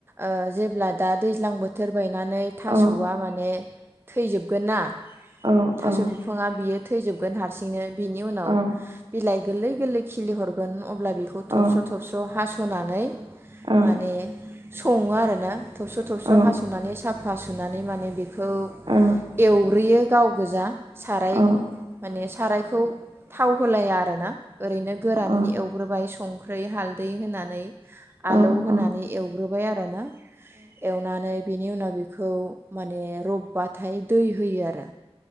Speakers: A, on the right; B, on the right.
A: ओ जेब्ला दा दैज्लां बोथोर बाय नानै थासआ
B: औ
A: माने थैजोबगोन ना
B: औ
A: थास
B: औ
A: बिफाङा बियो थै थैजोब हारसिंनो बिनि उनाव
B: औ
A: बिलाइ गोरलै गोरलै खिलि हरगोन अब्ला बेखौ थबस्र
B: औ
A: थबस्र हास' होनानै
B: औ
A: माने सङो आरोना थौस' थौबस'
B: औ
A: हास'नानै साफ हासनानै माने बे खौ
B: औ
A: एवग्रोयो <unintelligible> गोजा साराय
B: औ
A: माने सारायखौ खौ थाव होलाया आरोना ओरैनो गोरानै
B: औ औ
A: एवग्रोबाय संख्रि हालदै होनानै
B: औ
A: आलौ होनानै एवग्रो बाय आरोना एवनानै बिनि उनाव बेखौ माने रबबाथाय दै होयो आरो